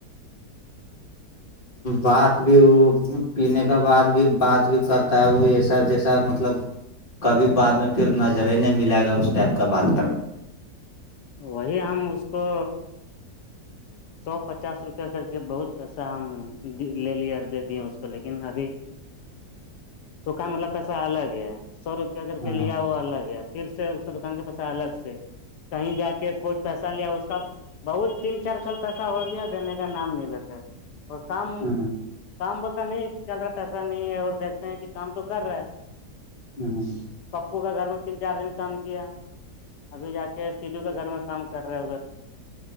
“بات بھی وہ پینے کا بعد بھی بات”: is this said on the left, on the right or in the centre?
Left